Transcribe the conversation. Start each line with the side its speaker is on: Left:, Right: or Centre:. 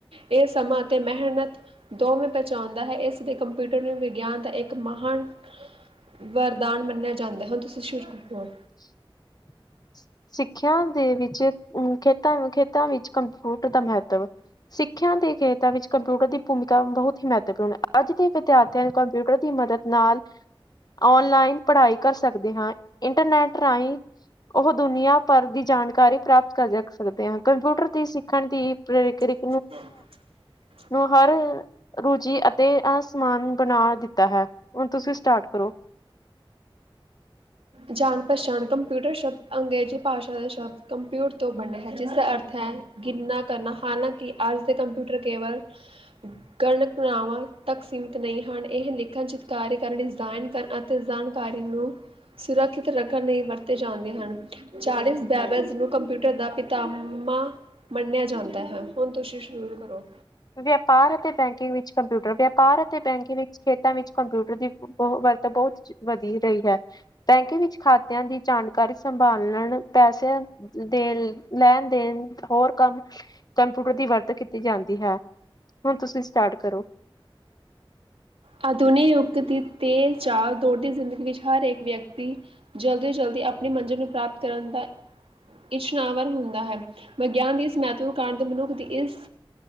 Right: ਇਹ ਸਮਾਂ ਅਤੇ ਮਿਹਨਤ ਦੋਵੇਂ ਪਹੁੰਚਾਉਂਦਾ ਹੈ ਇਸ ਲਈ ਕੰਪਿਊਟਰ ਨੂੰ ਵਿਗਿਆਨ ਦਾ ਇੱਕ ਮਹਾਨ ਵਰਦਾਨ ਮੰਨਿਆ ਜਾਂਦਾ ਹੈ। ਹੁਣ ਤੁਸੀਂ ਸ਼ੁਰ ਹੋ
Left: <unintelligible> ਸਿੱਖਿਆ ਦੇ ਵਿੱਚ ਚ ਖੇਤਾਂ ਖੇ ਵਿੱਚ ਕੰਪਿਊਟ ਦਾ ਮਹੱਤਵ ਸਿੱਖਿਆ ਦੇ ਖੇ ਵਿੱਚ ਕੰਪਿਊਟਰ ਦੀ ਭੂਮਿਕਾ ਬਹੁਤ ਹੀ ਮਹੱਤਵਪੂਰਨ ਅੱਜ ਦੇ ਵਿਦਿਆਰਥੀਆਂ ਨੂੰ ਕੰਪਿਊਟਰ ਦੀ ਮਦਦ ਨਾਲ ਔਨਲਾਈਨ ਪੜ੍ਹਾਈ ਕਰ ਸਕਦਾ ਐ ਸਕਦੇ ਹਾਂ ਇੰਟਰਨੈਟ ਰਾਹੀਂ ਉਹ ਦੁਨੀਆਂ ਭਰ ਦੀ ਜਾਣਕਾਰੀ ਪ੍ਰਾਪਤ ਕਰ ਸਕ ਸਕਦੇ ਹਾਂ ਕੰਪਿਊਟਰ ਦੀ ਸਿੱ ਰੱਖਣ ਦੀ ਪ੍ਰਕਿ੍ਰਕ
Right: <unintelligible>
Left: ਨੂੰ ਹਰ ਰੁਚੀ ਅਤੇ ਆ ਸਮਾਨ ਬਣਾ ਦਿੱਤਾ ਹੈ। ਹੁਣ ਤੁਸੀਂ ਸਟਾਰਟ ਕਰੋ।
Right: ਜਾਣ ਪਛਾਣ ਕੰਪਿਊਟਰ ਸ਼ਬਦ ਅੰਗਰੇਜ਼ੀ ਭਾਸ਼ਾ ਦੇ ਸ਼ਬਦ ਕੰਪਿਊਟਰ ਤੋਂ ਬਣਿਆ ਹੈ। ਜਿਸਦਾ ਅਰਥ ਹੈ ਗਿਨਾ ਕਰਨਾ ਹਾਲਾਂਕਿ ਅੱਜ ਦੇ ਕੰਪਿਊਟਰ ਕੇਵਲ ਗਣਨਾਵਾਂ ਤੱਕ ਸੀਮਤ ਨਹੀਂ ਹਨ। ਇਹ ਲਿਖਣ ਚਿਤਕਾਰੀ ਕਰਨ ਡਿਜ਼ਾਈਨ ਕਰਨ ਅਤੇ ਜਾਣਕਾਰੀ ਨੂੰ ਸੁਰੱਖਿਅਤ ਰੱਖਣ ਲਈ ਵਰਤੇ ਜਾਂਦੇ ਹਨ। ਚਾਰਲਿਸ ਬੈਬਲ ਨੂੰ ਕੰਪਿਊਟਰ ਦਾ ਪਿਤਾਮਾ ਮੰਨਿਆ ਜਾਂਦਾ ਹੈ। ਹੁਣ ਤੁਸੀਂ ਸ਼ੁਰੂ ਕਰੋ।
Left: ਵਯਾਪਾਰ ਅਤੇ ਬੈਂਕਿੰਗ ਵਿੱਚ ਕੰਪਿਊਟਰ ਵਯਾਪਾਰ ਅਤੇ ਬੈਂਕਿੰਗ ਵਿਚ ਖੇਤਾਂ ਵਿੱਚ ਕੰਪਿਊਟਰ ਦੀ। ਬ ਵਰਤ ਬਹੁਤ ਵਧੀ ਰਹੀ ਹੈ ਬੈਂਕ ਵਿੱਚ ਖਾਤਿਆਂ ਦੀ ਜਾਣ। ਕਰ ਸੰਭਾਲਣ ਪੈਸੇ ਦੇ ਲੈਣ ਦੇਣ ਹੋਰ ਕੰਮ ਕੰਪਿਊਟਰ ਦੀ ਵਰਤ ਕੀਤੀ ਜਾਂਦੀ ਹੈ। ਹੁਣ ਤੁਸੀਂ ਸਟਾਰਟ ਕਰੋ।
Right: ਆਧੁਨਿਕ ਯੁੱਗ ਦੀ ਤੇਜ ਚਾਲ ਦੌੜਦੀ ਜ਼ਿੰਦਗੀ ਵਿੱਚ ਹਰ ਇੱਕ ਵਿਅਕਤੀ ਜਲਦੀ ਜਲਦੀ ਆਪਣੀ ਮੰਜ਼ਿਲ ਨੂੰ ਪ੍ਰਾਪਤ ਕਰਨ ਦਾ ਇਛਨਾਵਰ ਹੁੰਦਾ ਹੈ ਵਿਗਿਆਨ ਦੀ ਇਸ ਮਹੱਤਵ ਕਾਰ ਮਨੁੱਖ ਦੀ ਇਸ